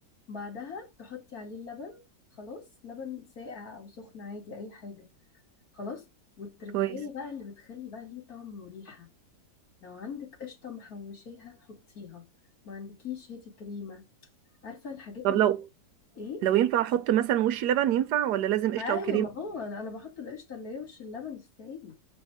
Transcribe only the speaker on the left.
بعدها تحطي عليه اللبن خلاص لبن ساقع او سخن عادي اي حاجه خلاص والتركية
بقى اللي بتخلي بقى ليه طعم وريحه لو عندك قشطه محوشاها حطيها ما عندكيش هاتي كريمه عارفه الحاجات اللي
ايه
ايوه
ما هو انا بحط القشطه اللي هي وش اللبن السايب